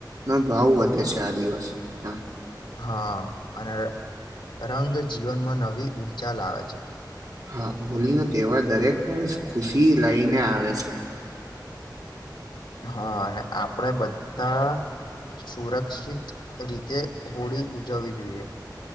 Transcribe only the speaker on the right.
નો ભાવ વધે છે આ દિવસ. હા
હા હોલી નો તહેવાર દરેક વર્ષ ખુશી લઈને આવે છે.